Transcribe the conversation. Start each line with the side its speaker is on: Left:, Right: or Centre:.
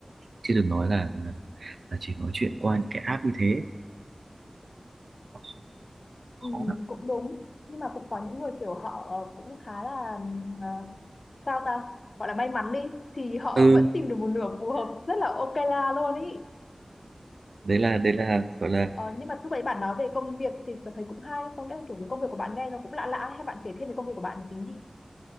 Right: chứ đừng nói là là, là chỉ nói chuyện qua những cái app như thế Nó khó
Left: Ừ,
Right: khó lắm
Left: cũng đúng nhưng mà cũng có những người kiểu họ ờ, cũng khá là ờ, sao ta gọi là may mắn đi thì họ
Right: ừ
Left: vẫn tìm được một nửa phù hợp rất là ok la luôn ý
Right: đấy là đấy là gọi là
Left: Ờ, nhưng mà lúc đấy bạn nói về công việc thì tôi thấy cũng hay không nghĩa kiểu cái công việc của bạn nghe nó cũng lạ lạ hay bạn kể thêm về công việc của bạn một tí đi